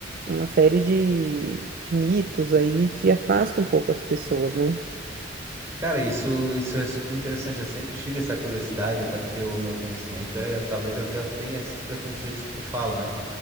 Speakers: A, on the right (about 50°); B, on the right (about 15°).
A: uma série de, de mitos aí que afasta um pouco as pessoas, né?
B: Cara, isso, isso é super interessante. Eu sempre tive essa curiosidade, até porque o meu conhecimento é, talvez até tenha esses preconceitos que tu fala, né?